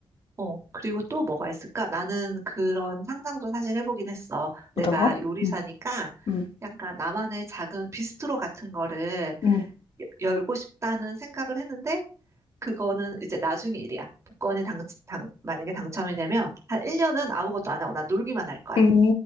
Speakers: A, on the right; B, on the left.
A: 어, 그리고 또 뭐가 있을까? 나는 그런 상상도 사실 해보긴 했어. 내가
B: 어떤가?
A: 요리사니까
B: 음, 음,
A: 약간 나만의 작은 비스트로 같은 거를
B: 음.
A: 여- 열고 싶다는 생각을 했는데, 그거는 이제 나중에 일이야. 복권이 당, 당- 만약에 당첨이 되면 한 1년은 아무것도 안 하고 난 놀기만 할 거야.
B: 음,